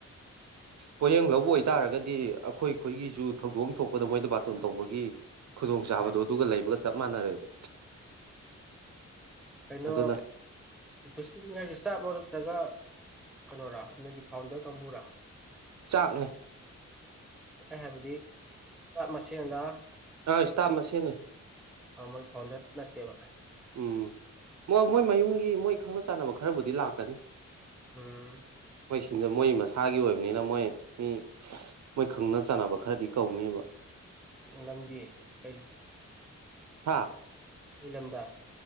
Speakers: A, on the right; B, in the centre.
A: ꯄꯣꯌꯦꯡ ꯂꯧꯕ ꯑꯣꯏꯇꯥꯔꯒꯗꯤ ꯑꯩꯈꯣꯏꯈꯣꯏꯒꯤꯁꯨ ꯊꯧꯗꯣꯛ ꯑꯃ ꯊꯣꯛꯄꯗ ꯃꯣꯏꯗ ꯕꯥꯇꯣꯟ ꯇꯧꯕꯒꯤ ꯈꯨꯗꯣꯡ ꯆꯥꯕꯗꯣ
B: ꯑ
A: ꯑꯗꯨꯒ ꯂꯩꯕꯒ ꯆꯞ ꯃꯥꯟꯅꯔꯦꯕ
B: ꯀꯩꯅꯣ
A: ꯑꯗꯨꯅ
B: ꯄꯨꯁꯀꯨꯜ ꯍꯥꯏꯁꯦ ꯏꯁꯇꯥ ꯑꯣꯏ ꯅꯠꯇ꯭ꯔꯒ ꯀꯩꯅꯣꯔꯥ ꯅꯒꯤ ꯐꯥꯎꯟꯗꯔ ꯀꯥꯡꯕꯨꯔ
A: ꯆꯥꯛꯅꯦ
B: ꯍꯥꯏꯕꯗꯤ ꯄꯠ ꯃꯁꯦꯟꯗ
A: ꯑꯥ ꯏꯁꯇꯥꯞ ꯃꯅꯤ
B: ꯑ ꯃ ꯐꯣꯟꯗ ꯅ ꯀꯦꯕ
A: ꯎꯝ ꯃꯣꯏ ꯃꯣꯏ ꯃꯌꯨꯝꯒꯤ ꯃꯣꯏ ꯈꯪꯅ ꯆꯥꯟꯅꯕ ꯈꯔꯕꯨꯗꯤ ꯂꯥꯛꯀꯅꯤ
B: ꯎꯝ
A: ꯃꯣꯏ ꯁꯤꯟꯖꯦ ꯃꯣꯏ ꯃꯁꯥꯒꯤ ꯑꯣꯏꯕꯅꯤꯅ ꯃꯣꯏ ꯃꯤ ꯃꯣꯏ ꯈꯪꯅ ꯆꯥꯟꯅꯕ ꯈꯔꯗꯤ ꯀꯧꯅꯦꯕ
B: ꯅꯗꯤ ꯀ
A: ꯍꯥꯥ
B: ꯏꯂꯝꯂꯝꯗ